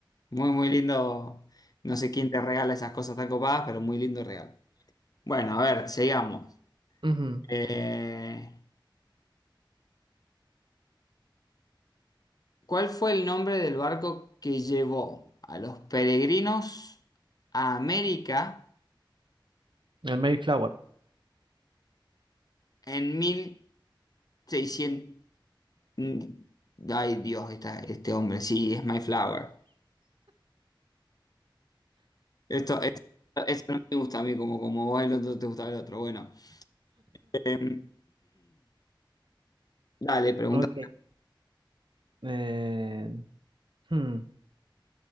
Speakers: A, on the left; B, on the right.
A: Muy, muy lindo. No sé quién te regala esas cosas tan copadas, pero muy lindo regalo. Bueno, a ver, sigamos.
B: Ujú,
A: Eh, ¿cuál fue el nombre del barco que llevó a los peregrinos a América
B: El Mayflower.
A: en 1600? Mm, Ay, Dios, esta- este hombre, sí, es Mayflower. Esto, esto, esto no me gusta a mí, como, como vos el otro te gusta el otro. Bueno, <clears throat> dale, pregunta.
B: Ok. Eh, hmm,